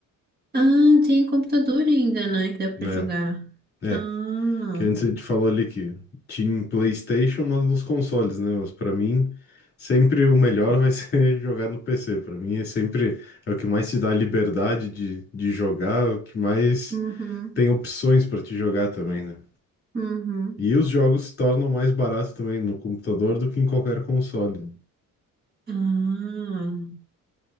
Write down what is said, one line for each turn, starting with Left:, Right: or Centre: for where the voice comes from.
Right: Ah, tem computador ainda, né? Que dá
Left: né?
Right: pra jogar.
Left: É,
Right: Ah,
Left: que antes a gente falou ali que tinha PlayStation, mas nos consoles, né? Mas pra mim, sempre o melhor vai <laughs> ser jogar no PC. Pra mim é sempre é o que mais te dá liberdade de, de jogar, é o que mais
Right: uhum,
Left: tem opções pra te jogar também, né?
Right: uhum.
Left: E os jogos se tornam mais baratos também no computador do que em qualquer console.
Right: Ah,